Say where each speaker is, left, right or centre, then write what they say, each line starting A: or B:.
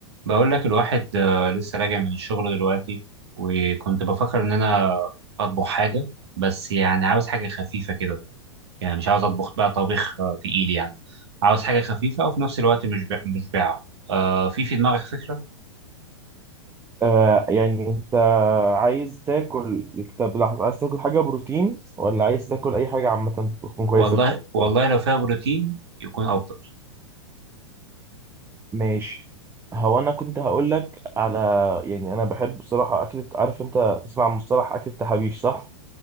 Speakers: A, on the right; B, on the right.
A: بقول لك الواحد آه، لسه راجع من الشغل دلوقتي وكنت بفكر ان انا اطبخ حاجه بس يعني عاوز حاجه خفيفه كده يعني مش عاوز اطبخ بقى طبيخ آه، تقيل يعني عاوز حاجه خفيفه وفي نفس الوقت مش مشبعه آه في في دماغك فكره
B: آه يعني انت عايز تاكل طب لحظة عايز تاكل حاجة بروتين ولا عايز تاكل أي حاجة عامة تكون كويسة؟
A: والله والله لو فيها بروتين يكون افضل
B: ماشي هو أنا كنت هقولك على يعني أنا بحب بصراحة أكلة عارف أنت تسمع عن مصطلح أكلة تحابيش صح؟